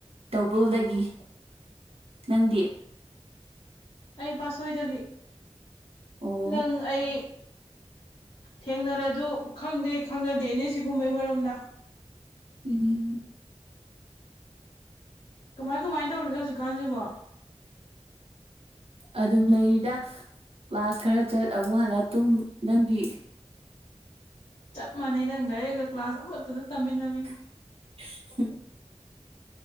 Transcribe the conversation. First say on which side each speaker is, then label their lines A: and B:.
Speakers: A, on the right; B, on the left.
A: ꯇꯧꯕꯨꯜꯗꯒꯤ ꯅꯪꯗꯤ
B: ꯑꯩ ꯄꯥꯠꯁꯣꯏꯗꯒꯤ
A: ꯑꯣ
B: ꯅꯪ ꯑꯩ ꯊꯦꯡꯅꯔꯖꯨ ꯈꯪꯗꯤ ꯈꯪꯅꯗꯦꯅꯦ ꯁꯤꯒꯨꯝꯕꯩ ꯃꯔꯝꯗ
A: ꯎꯝ
B: ꯀꯃꯥꯏ ꯀꯃꯥꯏ ꯇꯧꯔꯤꯒꯦ ꯍꯧꯖꯤꯛꯀꯥꯟꯖꯤꯕꯣ
A: ꯑꯗꯨꯝ ꯂꯩꯔꯤꯗ ꯀ꯭ꯂꯥꯁ ꯈꯔ ꯆꯠ ꯑꯃꯨꯛ ꯍꯜꯂ ꯇꯨꯝ ꯅꯪꯗꯤ
B: ꯆꯞ ꯃꯥꯟꯅꯩ ꯅꯪꯒ ꯑꯩꯒ ꯀ꯭ꯂꯥꯁ ꯑꯃꯠꯇꯗ ꯇꯝꯃꯤꯟꯅꯕꯤꯅꯤ
A: <inaudible>